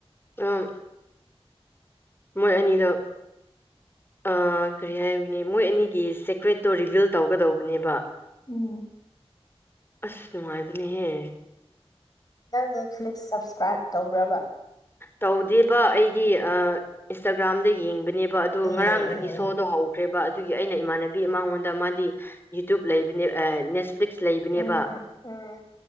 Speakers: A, on the left; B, on the left.
A: ꯑꯝ ꯃꯣꯏ ꯑꯅꯤꯗꯣ ꯑꯥ ꯀꯔꯤ ꯍꯥꯏꯕꯅꯤ ꯃꯣꯏ ꯑꯅꯤꯒꯤ ꯁꯦꯀ꯭ꯔꯦꯠꯇꯣ ꯔꯤꯚꯤꯜ ꯇꯧꯒꯗꯧꯕꯅꯦꯕ
B: ꯎꯝ
A: ꯑꯁ ꯅꯨꯡꯉꯥꯏꯕꯅꯤꯍꯦ
B: ꯅꯪ ꯅꯦꯠꯐ꯭ꯂꯤꯛꯁ ꯁꯞꯁꯀ꯭ꯔꯥꯏꯞ ꯇꯧꯕ꯭ꯔꯥ ꯕꯥ
A: ꯇꯧꯗꯦꯕ ꯑꯩꯗꯤ ꯑꯥ ꯏꯟꯁꯇꯥꯒ꯭ꯔꯥꯝꯗ ꯌꯦꯡꯕꯅꯦ ꯕ ꯑꯗꯨ
B: ꯑꯦ
A: ꯉꯔꯥꯡꯗꯒꯤ
B: ꯑꯦ
A: ꯁꯣꯗꯣ ꯍꯧꯈ꯭ꯔꯦꯕꯥ ꯑꯗꯨꯒꯤ ꯑꯩꯅ ꯏꯃꯥꯟꯅꯕꯤ ꯃꯉꯣꯟꯗ ꯃꯥꯗꯤ ꯌꯨꯇ꯭ꯌꯨꯞ ꯂꯩꯕꯅꯦ ꯑꯥ <unintelligible> ꯂꯩꯕꯅꯦꯕ
B: ꯎꯝ ꯎꯝ